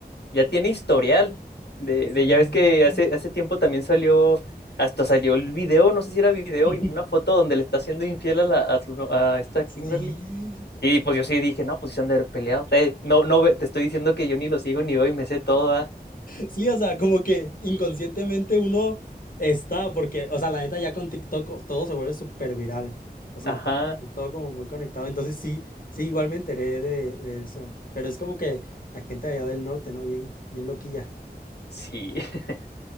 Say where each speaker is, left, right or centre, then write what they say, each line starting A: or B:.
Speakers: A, on the left; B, on the left.
A: ya tiene historial. De,
B: Sí,
A: de- ya ves que hace, hace tiempo también salió, hasta salió el video, no sé si era video,
B: <laughs>
A: y una foto donde le está haciendo infiel a, la, a, su no- a esta
B: sí.
A: Kimberly.
B: No.
A: Y pues yo sí dije, no, pues sí se han de haber peleado. Eh, no, no, ve- te estoy diciendo que yo ni lo sigo ni veo y me sé toda.
B: Sí, o sea, como que inconscientemente uno está, porque, o sea, la neta ya con TikTok o- todo se vuelve súper viral. O sea,
A: Ajá,
B: todo como muy conectado. Entonces sí, sí, igual me enteré de, de eso. Pero es como que la gente allá del norte, ¿no? Bien, bien loquilla.
A: sí, <laughs>